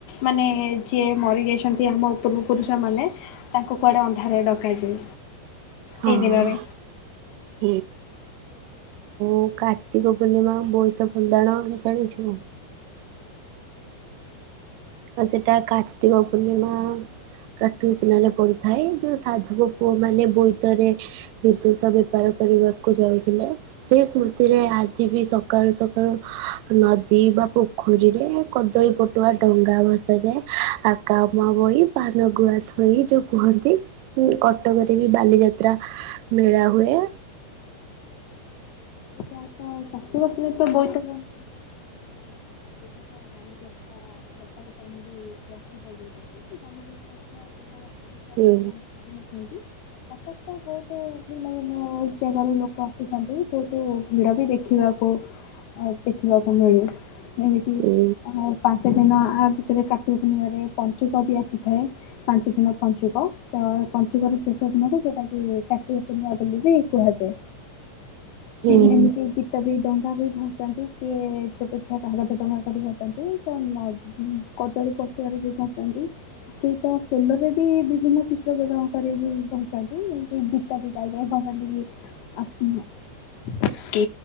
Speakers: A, on the left; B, on the right.
A: ମାନେ ଯିଏ ମରିଯାଇଛନ୍ତି, ଆମ ପୂର୍ବପୁରୁଷମାନେ ତାଙ୍କୁ କୁଆଡ଼େ ଅନ୍ଧାର ଡକାଯାଏ।
B: ହଁ।
A: ଏଇ ଦିନରେ।
B: ମୁଁ କାର୍ତ୍ତିକ ପୂର୍ଣ୍ଣିମା ବୋଇତ ପନ୍ଦାଣ ଜାଣିଛୁ? ଆଉ ସେଟା କାର୍ତ୍ତିକ ପୂର୍ଣ୍ଣିମା କାର୍ତ୍ତିକ ପିଲାରେ ପଡିଥାଏ, ଯୋଉ ସାଧବ ପୁଅ ମାନେ ବୋଇତରେ ବିଦେଶ ବେପାର କରିବାକୁ ଯାଉଥିଲେ, ସେ ସ୍ମୃତିରେ ଆଜି ବି ସକାଳୁ ସକାଳୁ ନଦୀ ପୋଖରୀରେ, କଦଳୀ ପଟୁଆ ଡଙ୍ଗା ଆ ଭସା ଯାଏ ଆକାମା ବହି, ପାନ ଗୁଆ ଥୋଇ ଯୋଉ କୁହନ୍ତି କଟ ରେ ବି ବାଲିଯାତ୍ରା ମେଳା ହୁଏ।
A: ଚା <unintelligible> ବା ଉପରେ ତ ବହୁତ ହୁ ଟା ସେଟାତ ବାଲିଯାତ୍ରା କଟକ ପାଇଁ ବି ପ୍ରସ୍ତୁତ ହେପାରୁଛି, ବାଲି ଯାତ୍ରା ସେଟା କେବଳ ଓଡ଼ିଶା
B: ହୁଁ
A: ଲୋକମାନେ ପାଇନଥାନ୍ତି। ଆସ ତ ବହୁତ ଭିନ୍ନ ଭିନ୍ନ ଜାଗାରୁ ଲୋକ ଆସିଛନ୍ତି, ବହୁତ ଭିଡ ବି ଦେଖିବାକୁ ଦେଖିବାକୁ ମିଳେ ଏମିତି
B: ହୁଁ
A: ପାଞ୍ଚ ଦିନ ଆ ଭିତରେ କାଟି ଣିରେ ପଞ୍ଚୁକ ବି ଆସିଥାଏ, ପାଞ୍ଚ ଦିନ ପଞ୍ଚୁକ ତ ପଞ୍ଚୁକର ଶେଷ ଦିନକୁ ଟା କି କାର୍ତ୍ତିକ ପୂର୍ଣ୍ମା ବୋଲି ବି କୁହାଯାଏ।
B: ହୁଁ।
A: ଏମିତି ଗୀତ ବି ଦଉ ଆ ବି ବସନ୍ତି କିଏ ଛୋଟ ଛୁଆ କା ହଜ ଟଙ୍କା କରି ବସନ୍ତି, ତ କଦଳୀ ଯଉ ଖସନ୍ତି ସେଇ ତ ସୋଲୋ ରେ ବିଭିନ୍ନ ଚିତ୍ର ବର କରରେ ବଛନ୍ତି, ଗୀତ ବି ଗାଇକ <unintelligible> ଆତ୍ମ କେ